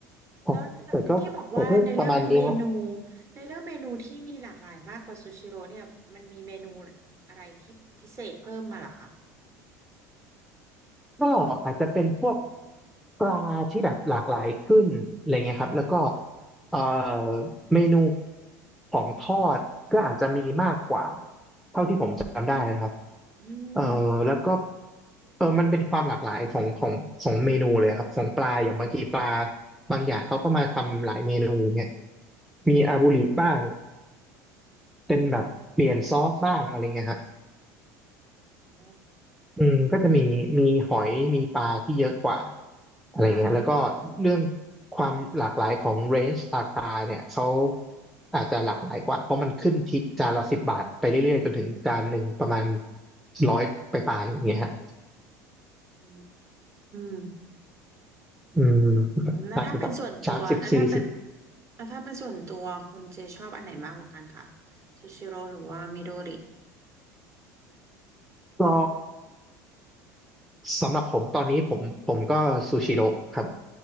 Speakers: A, in the centre; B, on the right (about 30°).
A: ครับแต่ก็แต่ก็ประมาณนี้ฮะ
B: แล้วที่บอกว่าในเรื่องเมนูในเรื่องเมนูที่มีหลากหลายมากกว่าซูชิโร่เนี่ยมันมีเมนูอะไรที่พิเศษเพิ่มมาเหรอคะ
A: ก็อาจจะเป็นพวกปลาที่แบบหลากหลายขึ้นอะไรเงี้ยครับแล้วก็เอ่อเมนูของทอดก็อาจจะมีมากกว่าเท่าที่ผมจำได้นะครับ
B: อืม
A: เออแล้วก็เออมันเป็นความหลากหลายของของของเมนูเลยครับของปลาอย่างบางทีปลาบางอย่างเขาก็มาทำหลายเมนูเนี่ยมีอาบุริบ้างเป็นแบบเปลี่ยนซอสบ้างอะไรเงี้ยฮะ
B: โอ้
A: อืมก็จะมีมีหอยมีปลาที่เยอะกว่าอะไรเงี้ยแล้วก็เรื่อง
B: ค่ะ
A: ความหลากหลายของเรนจ์ราคาเนี่ยเขาอาจจะหลากหลายกว่าเพราะมันขึ้นที่จานละสิบบาทไปเรื่อยๆจนถึงจานหนึ่งประมาณ
B: ค่ะ
A: ร้อยไปลายๆอย่างเงี้ยฮะ
B: อืม
A: อืม
B: อืมแล้วถ้าเป็นส่วนตัวแล้วถ้าเป็น
A: อาจจะแบบสามสิบสี่สิบ
B: แล้วถ้าเป็นส่วนตัวคุณเจชอบอันไหนมากกว่ากันคะซูชิโร่หรือว่ามิโดริ
A: ก็สำหรับผมตอนนี้ผมผมก็ซูชิโร่ครับ